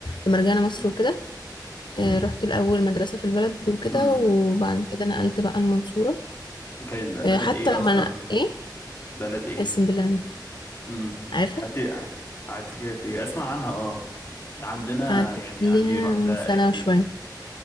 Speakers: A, on the left (about 85°); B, on the left (about 30°).
A: لما رجعنا مصر
B: مم.
A: وكده آه،
B: امم
A: رحت الأول مدرسة في البلد وكده
B: امم
A: وبعد كده نقلت بقى المنصورة
B: كان بلد
A: آه، حتى
B: ايه
A: لما
B: اصلا
A: أنا إيه
B: بلد ايه
A: اسم بالله يعني،
B: امم
A: عارفة
B: قعدت قعدت فيها قد ايه اسمع عنها اه عندنا
A: قعدت
B: يعني
A: فيها
B: عندي واحدة
A: سنة
B: قريبتي
A: وشوية